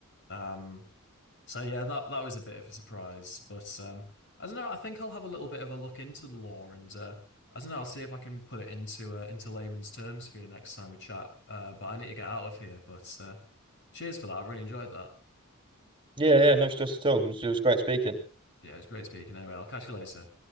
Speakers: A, on the left; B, on the right.
A: Um, so yeah, that that was a bit of a surprise, but um, I don't know. I think I'll have a little bit of a look into the law, and uh, I don't know. I'll see if I can put it into uh, into layman's terms for you next time we chat. Uh, but I need to get out of here. But uh, cheers for that. I really enjoyed that.
B: yeah, yeah. No stress at all. It was, it was great speaking.
A: Yeah, it was great speaking. Anyway, I'll catch you later.